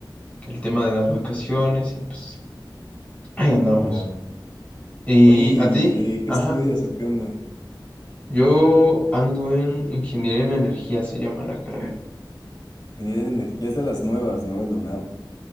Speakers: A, on the left; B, on the left.
A: que el tema de las vacaciones, y pues ahí andamos.
B: Claro.
A: ¿Y
B: Oye, ¿y
A: a ti?
B: eh, qué
A: Ajá.
B: estudias o qué onda?
A: Yo ando en ingeniería en energía, se llama la carrera.
B: Ingeniería en energías de las nuevas, ¿no? En la UNAM.